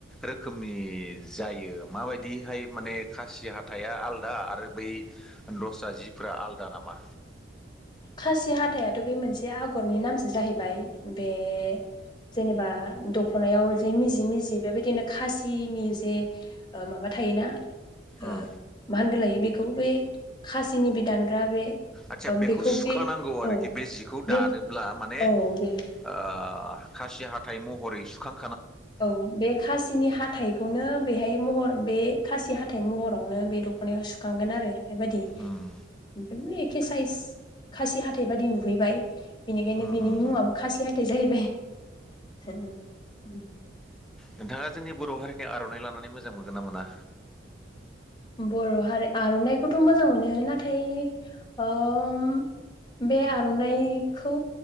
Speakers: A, in the centre; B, on the left.
A: रोखोमनि जायो माबायदिहाय माने खासि हाथाया आलदा आरो बै दस्रा जिफ्रा आलदा नामा
B: खासि हाथायाथ' बे मोनसे आगरनि नामसो जाहैबाय बे जेनेबा दखनायाव जे मिजि मिजि बेबायदिनो खासिनि जे माबा थायोना ओ
A: उम
B: मा होनगो लायो बेखौ बे खासिनि बे दानग्रा बे
A: आदसा
B: ओम
A: बेखौ। सुखानांगौ
B: बे
A: आरोखि
B: औ
A: बे जिखौ
B: बे
A: दानोब्ला माने
B: औ
A: ओ।
B: बे
A: खासि हाथाय महरै सुखां।
B: औ बे खासिनि हाथाइखौनो बेहाय महर बे खासि हाथाय मह'रावनो बे दख'नायाव सुखांगोन आरो बेबायदि
A: उम
B: बेफोरबे के साइज खासि हाथाइ बादि नुहैबाय। बिनिखायनो
A: उम
B: बिनि
A: उम
B: मुङाबो खासि हाथाय जाहैबाय हो उम।
A: नोंथाङा जोंनि बर' हारिनि आर'नाइ लानानै मोजां मोनगोनना मोना?
B: बर' हारि आर'नाइखौथ' मोजां मोनो नाथाय ओम। बे आर'नाइखौ